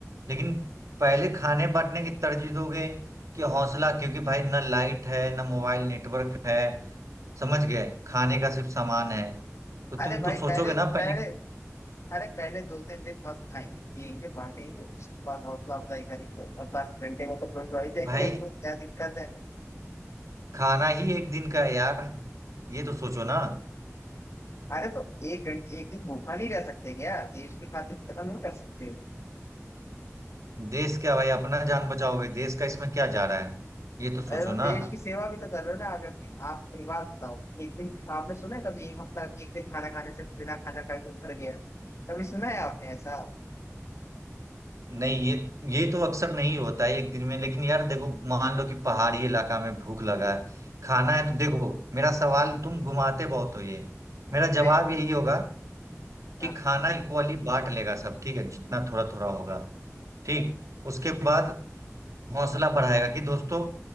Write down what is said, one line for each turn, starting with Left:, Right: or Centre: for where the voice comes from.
Right: लेकिन पहले खाने बांटने की तरजीह दोगे कि हौसला क्योंकि भाई ना लाइट है ना मोबाइल नेटवर्क है समझ गए खाने का सिर्फ सामान है तो तुम
Left: अरे भाई
Right: तो सोचोगे
Left: पहले
Right: ना पहले
Left: पहले
Right: कि
Left: अरे पहले दो तीन दिन मस्त खाएंगे पियेंगे बांटेंगे उसके बाद हौसला अफजाई करेंगे और दस घंटे में तो गुरुद्वारे जाएंगे
Right: भाई
Left: आपको क्या दिक्कत है
Right: खाना ही एक दिन का है यार ये तो सोचो ना
Left: अरे तो एक घंटे एक दिन भूखा नहीं रह सकते क्या देश की खातिर इतना नहीं कर सकते
Right: देश क्या भाई अपना जान बचाओगे देश का इसमें क्या जा रहा है ये तो सोचो
Left: अरे तो
Right: ना
Left: देश की सेवा भी तो कर रहे हो ना आज अपनी आप परिवार बताओ एक दिन आपने सुना है कभी एक हफ्ता एक दिन खाना खाने से बिना खाना खाए कुछ मर गया कभी सुना है आपने ऐसा
Right: नहीं ये ये तो अक्सर नहीं होता है एक दिन में लेकिन यार देखो मान लो कि पहाड़ी इलाका में भूख लगा है खाना है तो देखो मेरा सवाल तुम घुमाते बहुत हो ये मेरा
Left: अरे
Right: जवाब यही होगा कि
Left: हाँ,
Right: खाना इक्वली बांट लेगा सब ठीक है जितना थोड़ा थोड़ा होगा ठीक उसके बाद हौसला बढ़ाएगा कि दोस्तों